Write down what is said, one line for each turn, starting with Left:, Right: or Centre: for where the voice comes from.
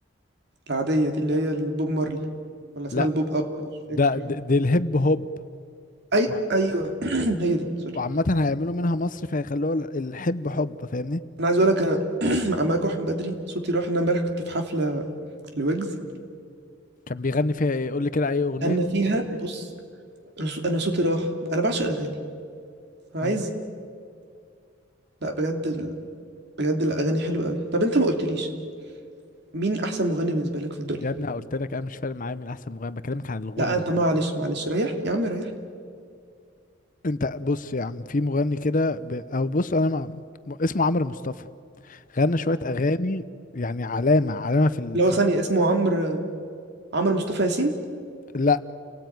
Right: العادية دي اللي هي البوب مارلي ولا اسمها
Left: لا
Right: البوب اب مش فاكر
Left: ده دي دي الهيب هوب
Right: اي
Left: وع-
Right: ايوه <clears throat> هي دي سوري
Left: وعامه هيعملوا منها مصر فهيخلوها ال- الحب حب فاهمني
Right: انا عايز اقول لك انا <clears throat> عمال اروح من بدري صوتي راح انا امبارح كنت في حفلة لويجز
Left: كان بيغني فيها ايه قول لي كده اي اغنيه
Right: غنى فيها بص رس- انا صوتي راح انا بعشق الاغاني انا
Left: مم.
Right: عايز لا بجد ال... بجد الاغاني حلوة قوي طب انت ما قلتليش مين احسن مغني بالنسبة لك في الدنيا
Left: يا ابني أنا قلت لك انا مش فارق معايا مين احسن مغني بكلمك عن الغنى
Right: لا
Left: عن...
Right: انت معلش معلش ريح يا عم ريح
Left: انت بص يا عم في مغني كده ب... او بص انا مع... م- اسمه عمرو مصطفى غنى شويه اغاني يعني علامه علامه في ال...
Right: اللي
Left: في...
Right: هو ثانية اسمه عمرو عمرو مصطفى ياسين
Left: لا